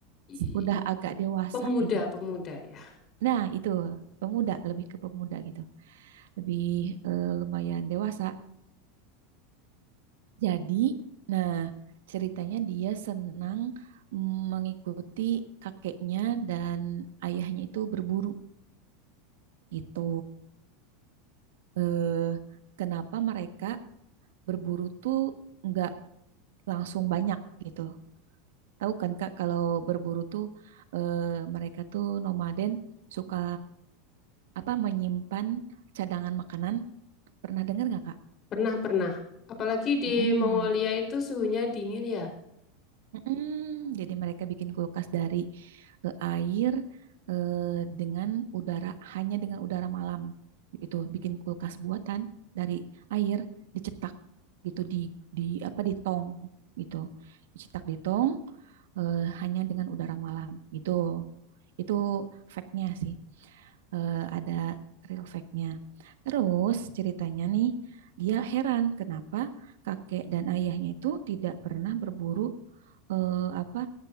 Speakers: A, on the left (about 35°); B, on the right (about 85°).
A: i-
B: Udah agak dewasa
A: pemuda,
B: gitu.
A: pemuda ya.
B: Nah itu pemuda, lebih ke pemuda gitu, lebih eh, lumayan dewasa. Jadi, nah ceritanya dia senang mm, mengikuti kakeknya dan ayahnya itu berburu gitu. Eh, kenapa mereka berburu tuh nggak langsung banyak gitu, Tahu kan Kak kalau berburu tuh eh, mereka tuh nomaden suka apa menyimpan cadangan makanan. Pernah dengar nggak Kak?
A: Pernah, pernah. Apalagi di
B: Mm-mm.
A: Mongolia itu suhunya dingin ya.
B: Mm-mm. Jadi mereka bikin kulkas dari eh, air eh, dengan udara hanya dengan udara malam itu Bikin kulkas buatan dari air dicetak gitu di di apa di tong gitu. Dicetak di tong eh, hanya dengan udara malam gitu. Itu Factnya sih. eh, ada real fact-nya. Terus ceritanya nih, dia heran kenapa kakek dan ayahnya itu tidak pernah berburu eh, apa